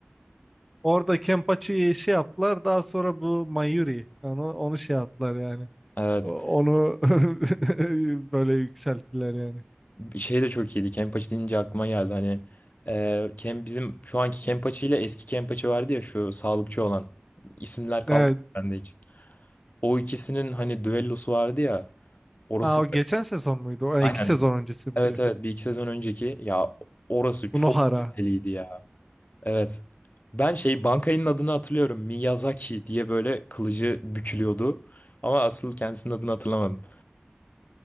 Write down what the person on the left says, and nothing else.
Evet.
Şey de çok iyiydi. Kenpachi deyince aklıma geldi. Hani e, Ken, bizim şu anki Kenpachi ile eski Kenpachi vardı ya şu sağlıkçı olan. İsimler kalmadı
bende hiç. O ikisinin hani düellosu vardı ya. Orası
aynen.
Evet evet bir iki sezon önceki ya orası çok
kaliteliydi ya. Evet. Ben şey bankayının adını hatırlıyorum. Miyazaki diye böyle kılıcı bükülüyordu. Ama asıl kendisinin adını hatırlamadım.